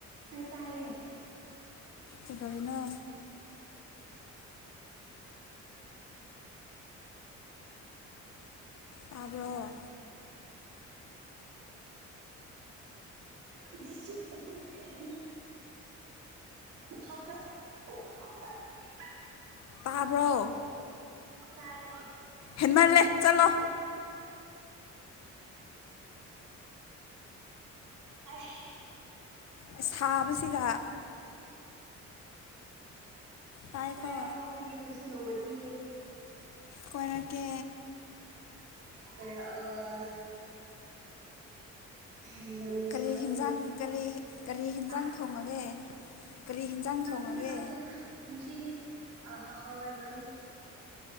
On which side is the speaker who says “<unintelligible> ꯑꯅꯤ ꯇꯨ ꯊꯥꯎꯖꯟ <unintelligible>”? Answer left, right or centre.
Right